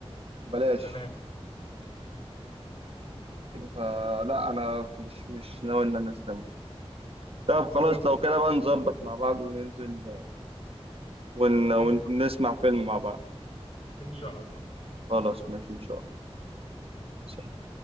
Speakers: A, on the right; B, on the left.
A: بلاش
B: تمام
A: فلا انا مش مش ناوي ان انا استمع طب خلاص
B: أوك.
A: لو كده بقى نظبط مع بعض وننزل ون... ونسمع
B: ان
A: فيلم مع بعض
B: إن شاء الله
A: خلاص ماشي ان شاء الله سلام.